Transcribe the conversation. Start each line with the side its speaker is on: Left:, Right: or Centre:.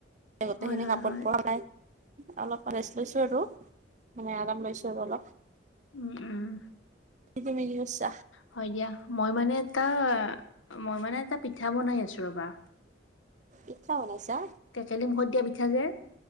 Right: গোটেইখিনি
Left: হয় হয়
Right: কাপোৰ
Left: হয়।
Right: পোৱা নাই। অলপ ৰেষ্ট লৈছো আৰু মানে আৰাম লৈছো আৰু অলপ।
Left: উম, উম
Right: তুমি কি কৰিছা
Left: হয় দিয়া মই মানে। এটা মই মানে এটা পিঠা বনাই আছো ৰবা
Right: ই্ছা ম নাইছা।
Left: টেকেলি মুখত দিয়া পিঠা যে